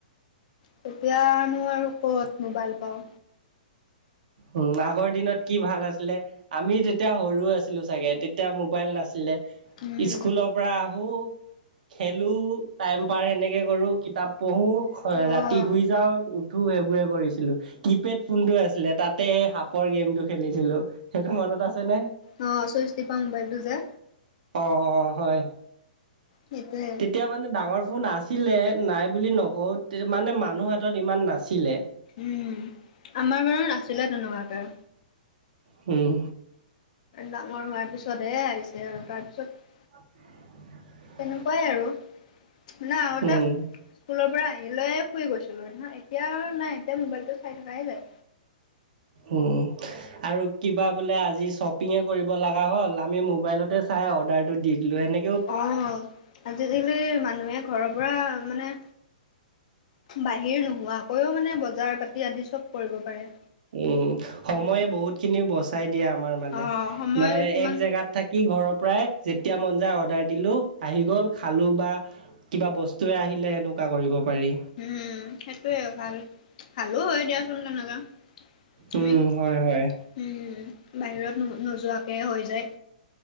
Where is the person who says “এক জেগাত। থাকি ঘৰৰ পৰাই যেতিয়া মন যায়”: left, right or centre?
Right